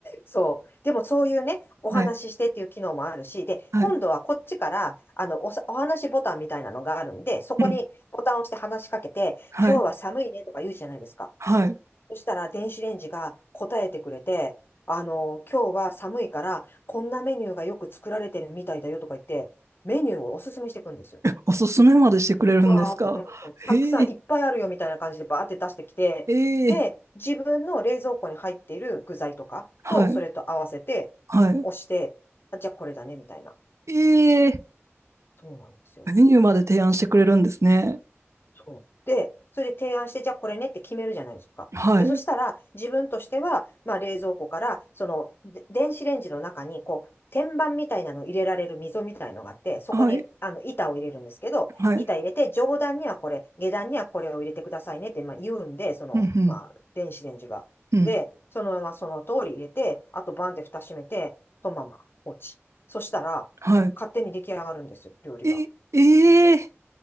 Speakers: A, on the left; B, on the right.
A: そう。でもそういうね、お話ししてっていう機能もあるし、
B: はい。
A: で、
B: はい。
A: 今度はこっちから、あの、おさ、お話ボタンみたいなのがあるんで、そこにボタンを押して話しかけて、
B: うん。はい。
A: 今日は寒いねとか言うじゃないですか。
B: はい。
A: そしたら電子レンジが答えてくれて、あの、今日は寒いから、こんなメニューがよく作られてるみたいだよとか言って、メニューをおすすめしていくんですよ。
B: おすすめまでしてくれるんですか。
A: わーって、うん、そうたくさんいっぱいあるよみたいな感じでバーって出してきて、
B: へえ。ええ。
A: で、自分の冷蔵庫に入っている具材とかと、
B: はい。
A: それと合わせて、
B: は
A: 押して、あ、じゃあこれだね、みたいな。
B: い。ええ。
A: そうなんですよ。
B: メニューまで提案してくれるんですね。
A: そうで、それで提案して、じゃあこれねって決めるじゃないですか。
B: はい。
A: で、そしたら、自分としては、まあ、冷蔵庫から、その、で電子レンジの中に、こう、天板みたいなのを入れられる溝みたいのがあって、そこに、
B: はい。
A: あの、板を入れるんですけど、
B: はい。
A: 板入れて、上段にはこれ、下段にはこれを入れてくださいねって、まあ、言うんで、その、
B: うんう
A: まあ、電子レンジが。
B: ん。うん。
A: で、そのままその通り入れて、あとバンって蓋閉めて、そのまま放置。そしたら、
B: は
A: 勝手に出来上がるんですよ、料理が。
B: い。え、ええ、